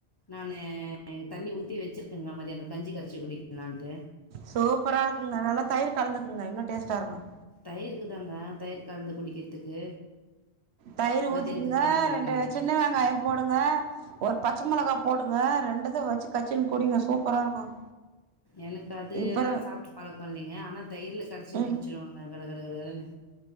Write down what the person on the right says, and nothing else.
சூப்பரா ருக்குங்க நல்லா தயிர் கலந்துக்குங்க இன்னொ டேஸ்ட்டா இருக்கும்
தயிரு
ஊத்திக்குங்க
ரெண்டு சின்ன வெங்காய போடுங்க ஒரு பச்ச மொளகா போடுங்க ரெண்டுது வச்சு கச்சின் குடிங்க சூப்பரா இருக்கும்
இப்பரு
ம்